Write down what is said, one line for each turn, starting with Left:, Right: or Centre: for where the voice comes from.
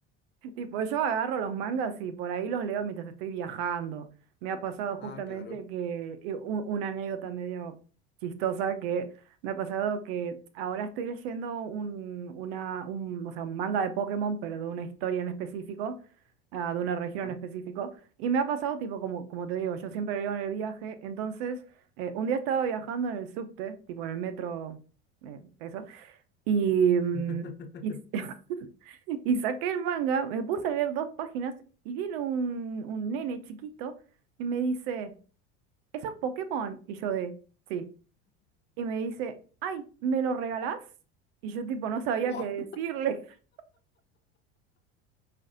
Right: Tipo, yo agarro los mangas y por ahí los leo mientras estoy viajando. Me ha pasado justamente
Left: Ah, claro.
Right: que eh, un- una anécdota medio chistosa que me ha pasado que ahora estoy leyendo un, una, un, o sea, un manga de Pokémon, pero de una historia en específico, ah, de una región
Left: Ah.
Right: en específico. Y me ha pasado, tipo, como, como te digo, yo siempre leo en el viaje. Entonces, eh, un día estaba viajando en el subte, tipo en el metro, eh, eso. Y, mm,
Left: <laughs>
Right: y, <laughs> y saqué el manga, me puse a leer dos páginas y viene un, un nene chiquito y me dice, ¿eso es Pokémon? Y yo de, sí. Y me dice, ay, ¿me lo regalás? Y yo tipo no sabía
Left: ¡Pah!
Right: qué decirle. <laughs>